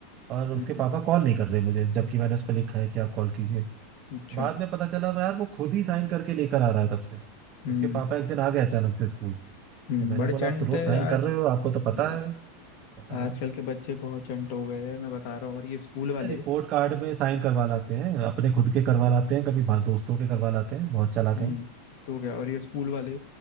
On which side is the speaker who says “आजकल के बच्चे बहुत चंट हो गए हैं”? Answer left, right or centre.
Left